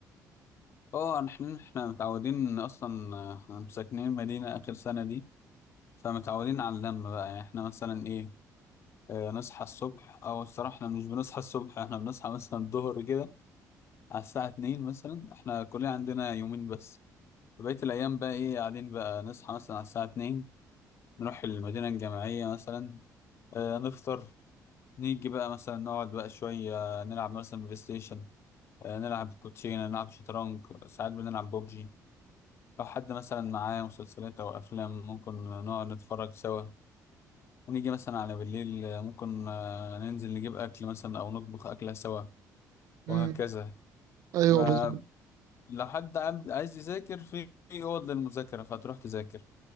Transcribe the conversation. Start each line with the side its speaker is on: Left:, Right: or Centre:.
Left: اه إن احنا احنا متعودين اصلا آه، احنا ساكنين مدينة آخر سنة دي فمتعودين على اللمة بقى يعني احنا مثلا ايه آه، نصحى الصبح او الصراحه احنا مش بنصحى الصبح احنا بنصحى مثلا الظهر كده على الساعه 2 مثلا احنا كلنا عندنا يومين بس بقيه الايام بقى ايه قاعدين بقى نصحى مثلا على الساعه 2 نروح المدينه الجامعيه مثلا آه، نفطر نيجي بقى مثلا نقعد بقى شويه نلعب مثلا بلاي ستيشن آه، نلعب كوتشينه نلعب شطرنج ساعات بنلعب ببجي لو حد مثلا معاه مسلسلات او افلام ممكن نقعد نتفرج سوا ونيجي مثلا على بالليل آه، ممكن آه، ننزل نجيب اكل مثلا او نطبخ اكله سوا
Right: امم
Left: وهكذا
Right: ايوه
Left: ما
Right: بالظبط
Left: لو حد عم- عايز يذاكر في في اوض للمذاكره فتروح تذاكر